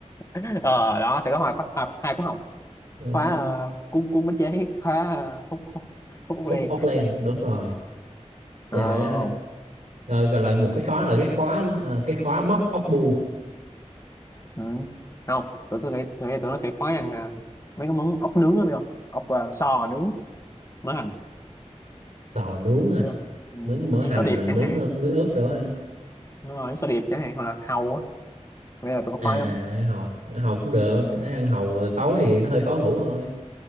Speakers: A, on the left (about 25°); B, on the right (about 85°).
A: <laughs> ờ đó sẽ có hai khóa hai, hai khóa học
B: Ờ,
A: khóa ờ, cuốn cuốn bánh chế khóa ờ, hút hút hút hút
B: hút
A: len
B: ốc len đúng rồi trời
A: ờ
B: đất ơi rồi gọi là một cái khóa là cái khóa ờ, cái khóa móc ốc bu
A: ừ. không tụi tôi nghĩ tôi nghĩ tụi nó sẽ khóa ăn ờ, mấy cái món ốc nướng đó biết không ốc ờ, sò nướng mỡ hành
B: sò nướng à
A: biết không ừ,
B: nướng
A: giống
B: mỡ
A: như
B: hành
A: sò điệp
B: à, nướng
A: chẳng hạn
B: ờ, muối ớt đỡ ăn
A: đúng rồi sò điệp chẳng hạn hoặc là hàu á bây giờ tụi nó
B: à
A: khoái
B: à
A: lắm
B: ăn hàu ăn hàu cũng được
A: ừ.
B: Cái ăn hàu tối thì nó hơi khó ngủ thôi